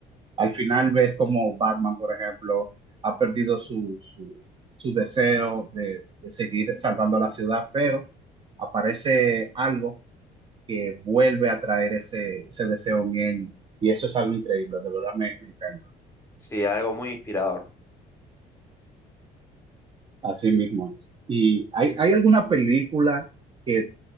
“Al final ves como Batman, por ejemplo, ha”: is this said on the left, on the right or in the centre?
Right